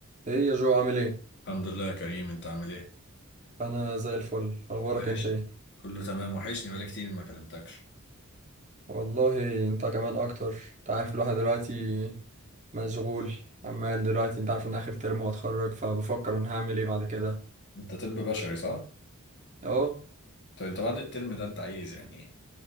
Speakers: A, on the right; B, on the left.
A: ايه يا جو عامل ايه
B: الحمد لله يا كريم انت عامل ايه؟
A: انا زي الفل اخبارك
B: وحشني
A: انت ايه
B: كله تمام وحشني بقالي كتير ما كلمتكش
A: والله انت كمان اكتر انت عارف الواحد دلوقتي مشغول عمال دلوقتي انت عارف ان اخر ترم وهتخرج فبفكر انا هعمل ايه بعد كده
B: انت طب بشري صح؟
A: اه
B: طب انت بعد الترم ده انت عايز يعني ايه؟